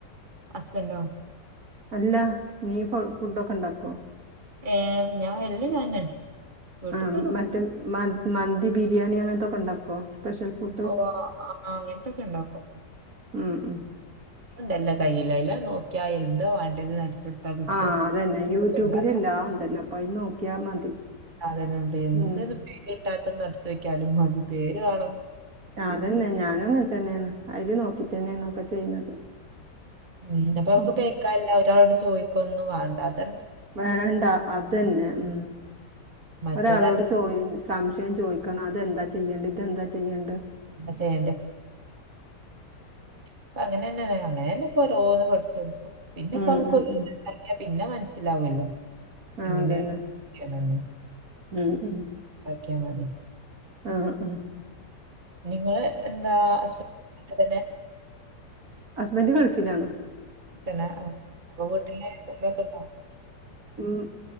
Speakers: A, on the right; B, on the right.
A: ഹസ്ബൻഡോ
B: അല്ല നീ ഫ ഫുഡൊക്കെ ഉണ്ടാക്കോ
A: ഏഹ് ഞാൻ എല്ലാം ഞാന് വീട്ട്ത്തതും
B: ആ മറ്റേ മ മ ബിരിയാണി അങ്ങനത്തൊക്കെ ഉണ്ടാക്കോ സ്പെഷ്യൽ ഫുഡ്?
A: ഓ ആ അങ്ങനത്തൊക്കെ ഉണ്ടാക്കോ
B: ഉം ഉം
A: ണ്ടല്ല കയ്യില്ലല്ല നോക്കിയന്തോ വേണ്ടത് അടിച്ചൊടുത്താ കിട്ടും
B: ആഹ അതന്നെ യൂട്യൂബിൽ
A: ഒക്കെണ്ടാ
B: എല്ലാം ഉണ്ടല്ലോ അപ്പൊ അ നോക്കിയാ മതി
A: സാധനമുണ്ട് എന്തന്നും
B: ഉം
A: പേര് കിട്ടാത്തന്ന് അടച്ച വെക്കാലും മതി പേര് കാേണം
B: അതന്നെ ഞാനും അങ്ങനെ തന്നെയാണ് അതില് നോക്കിട്ട് തന്നെയാണ ഒക്കെ ചെയ്യുന്നത്
A: ഉ അപ്പൊ നക്ക്
B: ഉം
A: പേക്കല്ല ഒരാളോട് ചോദിക്കൊന്നും വേണ്ട അത
B: വേണ്ട അതന്നെ ഉ
A: മറ്റേത്
B: ഒരാളോട്
A: അങ്ങനെ
B: ചോയി സംശയം ചോദിക്കണം അതെന്താ ചെയ്യണ്ട ഇതെന്താ ചെയ്യണ്ട്
A: ചെയ്യണ്ട അപ്പ അങ്ങനെന്ന അങ്ങനെന്നെ ഓരോന്ന് കൊറച്ച് പിന്നെ
B: ഉം
A: ഇപ്പ നമക്ക്റ
B: ഉം ഉം
A: പിന്നെ മനസ്സിലാാവല്ലോ
B: ആഹ്
A: എങ്ങനെയാണ്
B: അതന്നെ ഉം ഉം
A: മുക്ക മതി
B: ആഹ ആഹ
A: നിങ്ങള് എന്താസ്ബന് തന്നെ
B: ഹസ്ബൻഡറ് കൾഫിലാണ്ോ
A: ഇതന്നെ ആ അപ്പൊ വീട്ടില് ഉമ്മക്കണ്ടോ
B: ഉം